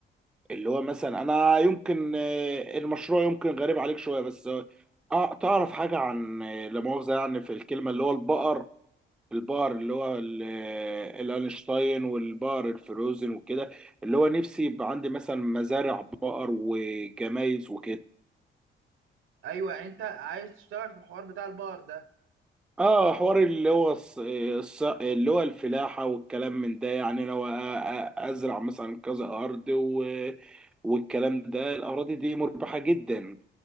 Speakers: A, in the centre; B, on the right.
A: اللي هو مثلا انا يمكن آه، المشروع يمكن غريب عليك شويه بس آه، آه، تعرف حاجه عن آه، لا مؤاخذه يعني في الكلمه اللي هو البقر البقر اللي هو ال- آه، الانشتاين والبقر الفروزن وكده اللي هو نفسي يبقى عندي مثلا مزارع بقر وجمايز وكده
B: ايوه يعني انت عايز تشتغل في الحوار بتاع البقر ده
A: اه حوار اللي هو الص... آه، الص... اللي هو الفلاحة والكلام من ده يعني لو أ- أ- ازرع مثلا كذا ارض و... والكلام ده الاراضي دي مربحة جدا